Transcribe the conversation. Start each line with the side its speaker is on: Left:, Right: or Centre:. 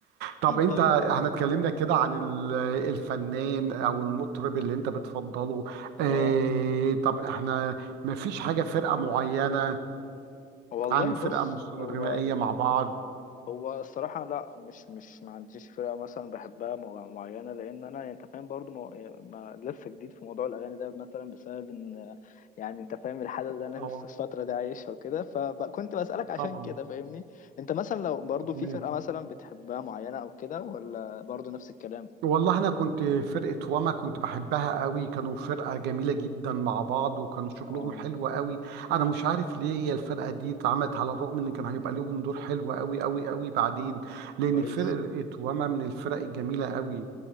Right: طب انت
Left: طيب
Right: احنا اتكلمنا كده عن ال- الفنان او المطرب اللي انت بتفضله اه
Left: اه
Right: طب احنا ما فيش حاجة فرقة معينة
Left: والله
Right: عن فرقة
Left: بص
Right: مس- غنائية
Left: هو
Right: مع بعض
Left: هو الصراحة لا مش مش ما عنديش فرقة مثلا بحبها مع- معينة لأن أنا أنت فاهم برضو ما ما- لسه جديد في موضوع الأغاني ده مثلا بسبب إن يعني أنت فاهم الحالة اللي أنا
Right: اه
Left: <laughs> لسه الفترة دي عايشها وكده فكنت بسألك عشان
Right: طبعا
Left: كده فاهمني أنت مثلا لو برضو
Right: تمام
Left: في فرقة مثلا بتحبها معينة أو كده ولا برضو نفس الكلام؟
Right: والله انا كنت فرقه واما كنت بحبها قوي كانوا فرقه جميله جدا مع بعض وكانوا شغلهم
Left: أه
Right: حلو قوي انا مش عارف ليه هي الفرقه دي اتعملت على الرغم ان كان هيبقى لهم دور حلو قوي قوي قوي بعدين لان
Left: كويس
Right: فرقه واما من الفرق الجميله قوي